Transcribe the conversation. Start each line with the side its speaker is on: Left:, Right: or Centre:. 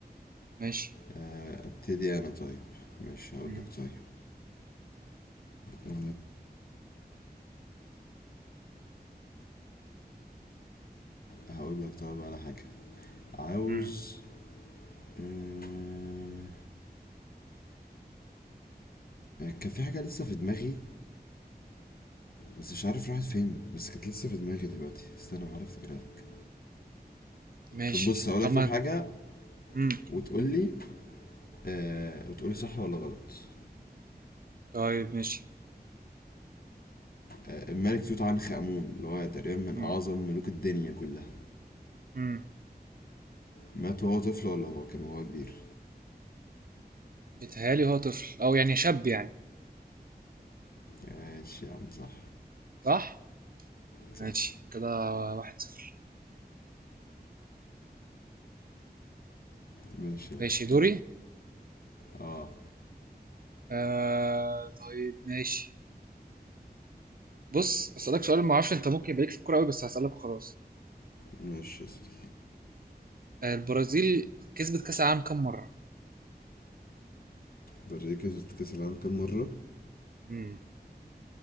Right: ماشي
Left: آه... ابتدي انا طيب مش هقول
Right: امم
Left: لك طيب آه... هقول لك طيب على حاجة عاوز
Right: امم
Left: آه... كان في حاجة لسه في دماغي بس مش عارف راحت فين بس كانت لسه في دماغي دلوقتي استنى بحاول افتكرها لك
Right: ماشي
Left: طب بص هقول
Right: طب
Left: لك
Right: ما
Left: طب حاجه
Right: امم
Left: وتقول لي آه وتقول لي صح ولا غلط
Right: طيب ماشي
Left: آه الملك توت عنخ امون اللي هو تقريبا من
Right: امم
Left: اعظم ملوك الدنيا كلها
Right: امم
Left: مات وهو طفل ولا هو كان وهو كبير
Right: بيتهيألي هو طفل او يعني شاب يعني
Left: ماشي يا عم صح
Right: صح
Left: صح
Right: ماشي كده واحد صفر
Left: ماشي يا
Right: ماشي
Left: عم كمل
Right: دوري
Left: اه
Right: آه طيب ماشي بص اسالك سؤال ما اعرفش انت ممكن يبقى ليك في الكوره قوي بس هسالك وخلاص
Left: ماشي يا سيدي
Right: آه البرازيل كسبت كاس العالم كام مره
Left: برازيل كسبت كاس العالم كام مره
Right: امم